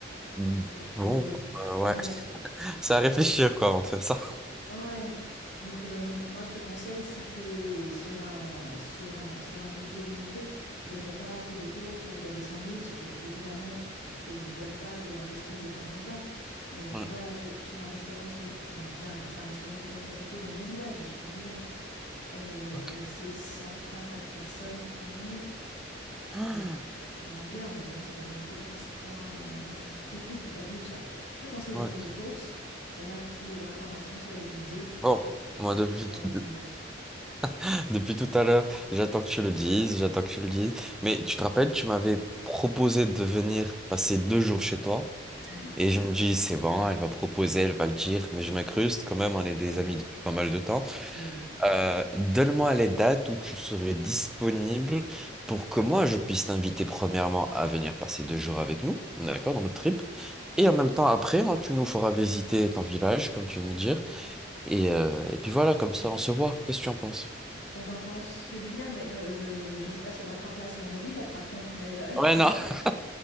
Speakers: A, in the centre; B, on the left.
A: Mm.
B: Donc,
A: Bon,
B: euh,
A: euh, ouais.
B: ouais,
A: <laughs> C'est à réfléchir, quoi, avant de faire ça.
B: ouais. Donc, euh, m- moi, je te conseille, si tu es sur un, sur un, sur un budget limité, les repas, fais des courses, fais-toi des sandwichs. Et évidemment, tu te fais une bonne table et un resto de temps en temps. Mais tu
A: Ouais,
B: vois, là, j'ai, j'ai un restaurant, sem- enfin, j'ai un, j'ai un restaurant de bonne qualité dans mon village et je suis en village. Euh,
A: ok.
B: et
A: <gasps>
B: c'est 100 francs par personne pour un menu.
A: Ah,
B: et tu manges bien, mais bon, c'est pas non plus à ce point. euh, Donc oui, la vie est chère. Je te conseille
A: ouais.
B: de faire des courses. Voilà pour l'information sur le budget
A: Bon,
B: et,
A: moi,
B: et
A: depuis,
B: de faire
A: t-
B: des sandwichs.
A: <laughs> depuis tout à l'heure, j'attends que tu le dises, j'attends que tu le dises. Mais tu te rappelles, tu m'avais proposé de venir passer deux jours chez toi.
B: Mhm.
A: Et je me dis, c'est bon, elle va proposer, elle va le dire. Mais je m'incruste, quand même, on est des amis depuis pas mal de temps.
B: Oui.
A: Euh, donne-moi les dates où tu serais disponible pour que moi je puisse t'inviter premièrement à venir passer deux jours avec nous, d'accord, dans notre trip. Et en même temps après, hein, tu nous feras visiter ton village, comme tu viens de me dire. Et, euh, et puis voilà, comme ça on se voit. Qu'est-ce que tu en penses?
B: Bah, j'en pense que du bien, mais euh, je sais pas sur y aura trois places sur la mobilette par contre, mais euh,
A: Ouais,
B: <laughs>
A: non. <laughs>